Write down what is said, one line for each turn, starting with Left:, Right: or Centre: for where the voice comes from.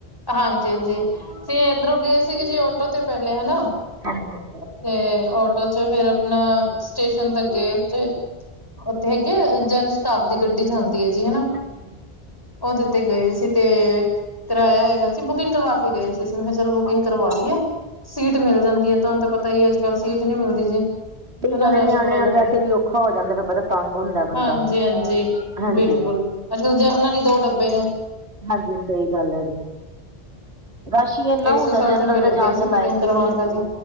Left: ਹਾਂਜੀ ਹਾਂਜੀ, ਸੀ ਇੱਧਰੋਂ ਗਏ ਸੀਗੇ ਜੀ, ਆਟੋ ਤੇ ਪਹਿਲੇ ਹੈਨਾ।
Right: ਹਾਂਜੀ ਹਾਂਜੀ
Left: ਤੇ ਆਟੋ ਚ ਫੇਰ ਆਪਣਾ, ਸਟੇਸ਼ਨ ਤ ਗਏ ਇਥੇ। ਉੱਥੇ ਹੈਗੀ ਏ, ਜਨ ਸ਼ਤਾਬਦੀ ਗੱਡੀ ਜਾਂਦੀ ਹੈ ਜੀ, ਹੈਨਾ।
Right: ਅੱਛਾ ਜੀ
Left: ਉਹ ਦਿੱਤੇ ਗਏ ਸੀ ਤੇ, ਕਿਰਾਆਂ ਹੈਗਾ ਸੀ, ਬੁਕਿੰਗ ਕਰਵਾ ਕੇ ਗਏ ਸੀ ਮੈਂ ਕਿਹਾ ਚਲੋ ਬੁਕਿੰਗ
Right: ਹਾਂਜੀ।
Left: ਕਰਵਾ ਲਈ ਐ, ਸੀਟ ਮਿਲ ਜਾਂਦੀ ਹੈ, ਤੁਹਾਨੂੰ ਪਤਾ ਹੀ ਅੱਜ ਕੱਲ ਸੀਟ ਨੀ ਮਿਲਦੀ ਜੀ।
Right: ਸਹੀ
Left: ਹੈਨਾ
Right: ਗੱਲ
Left: ਰਸ਼
Right: ਏ ਨਿਆਣਿਆਂ
Left: ਬੜਾ
Right: ਨਾਲ
Left: ਹੁੰਦਾ
Right: ਵੈਸੇ
Left: ਹੈ,
Right: ਵੀ ਔਖਾ ਹੋ ਜਾਂਦਾ ਫਿਰ ਪਤਾ ਤੰਗ ਹੁੰਦਾ ਬੰਦਾ
Left: ਹਾਂਜੀ ਹਾਂਜੀ
Right: ਹਾਂਜੀ।
Left: ਬਿਲਕੁਲ ਅੱਜ ਕੱਲ, ਜਰਨਲ ਦੋ ਦੋ ਡੱਬੇ ਨੇ।
Right: ਹਾਂਜੀ ਹ ਸਹੀ ਗੱਲ ਹੈ ਜੀ, ਰਸ਼ ਇੰਨਾ
Left: ਇੱਕ ਸੌ
Right: ਹੁੰਦਾ,
Left: ਸੱਠ
Right: ਜਨਰਲ
Left: ਰੁਪਏ ਲੱਗਿਆ
Right: ਦੇ ਜਾਣ ਦੇ
Left: ਸੀ
Right: ਲਾਇਕ
Left: ਬੁਕਿੰਗ ਕਰਵਾਉਣ
Right: ਹੀ ਨੀ।
Left: ਦਾ ਜੀ